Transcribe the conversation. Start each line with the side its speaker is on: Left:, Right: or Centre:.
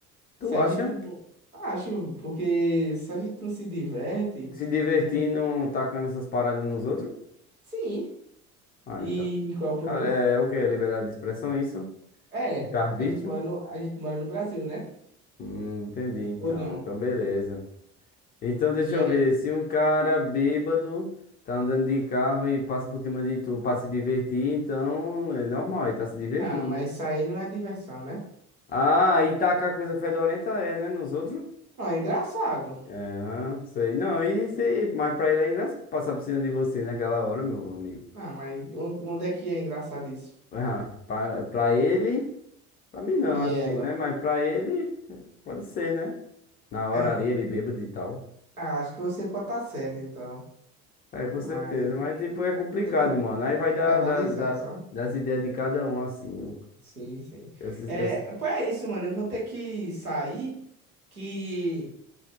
Right: se
Left: Tu
Right: a
Left: acha?
Right: gente não. Acho, porque se a gente não se diverte,
Left: Se divertindo,
Right: a gente-
Left: tacando essas paradas nos outros?
Right: sim.
Left: Ah,
Right: E
Left: então.
Right: qual é o problema?
Left: Ah, É, é o quê? É Liberdade de expressão, é isso?
Right: É,
Left: de arbítrio
Right: a gente mora no, a gente mora no Brasil, né?
Left: Hum, entendi então.
Right: Ou não?
Left: Então, beleza. Então, deixa
Right: E
Left: eu
Right: aí,
Left: ver. Se um cara bêbado tá andando de carro e passa por cima de tu pra se divertir, então é normal, ele tá se divertindo,
Right: não, mas
Left: né?
Right: isso aí não é diversão, né?
Left: Ah, e tacar coisa fedorenta é, né? Nos outros?
Right: Não, é engraçado.
Left: É, aham, sei. Não, isso aí, mas pra ele é engraçado passar por cima de você naquela hora, meu amigo. <laughs>
Right: Ah, mas on- onde é que é engraçado isso?
Left: Ah, pra, pra ele, pra mim não,
Right: E
Left: assim,
Right: ela?
Left: né? Mas pra ele, pode ser, né? Na hora
Right: É.
Left: ali, ele bêbado e tal.
Right: Ah, acho que você pode estar certo, então.
Left: É, com
Right: Mas
Left: certeza. Mas, tipo, é complicado,
Right: tem que,
Left: mano. Aí vai
Right: tem
Left: dar,
Right: que analisar,
Left: da da-
Right: sabe?
Left: das ideias de cada um, assim. Eu-
Right: Sim, sim.
Left: eu-
Right: É,
Left: eu-
Right: pô, é isso, mano. Eu vou ter que sair, que